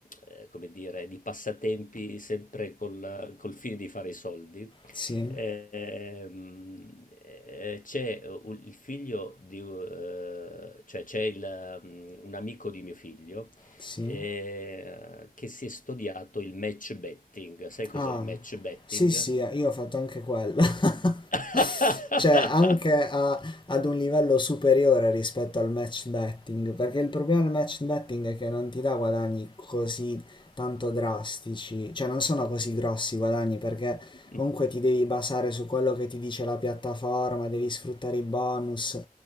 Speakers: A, on the left (about 55°); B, on the left (about 30°).
A: eh, come dire, di passatempi sempre col, col fine di fare i soldi,
B: Sì,
A: ehm, eh, c'è u- il figlio di, u- eh, cioè c'è il, mh, un amico di mio figlio
B: sì.
A: eh, che si è studiato il match betting. Sai cos'è
B: Ah,
A: il match betting?
B: sì, sì, io ho fatto anche quello. <laughs>
A: <laughs>
B: cioè anche a- ad un livello superiore rispetto al match betting, perché il problema del match betting è che non ti dà guadagni così tanto drastici, cioè non sono così grossi i guadagni perché
A: Mm,
B: comunque ti devi basare su quello che ti dice la piattaforma, devi sfruttare i bonus.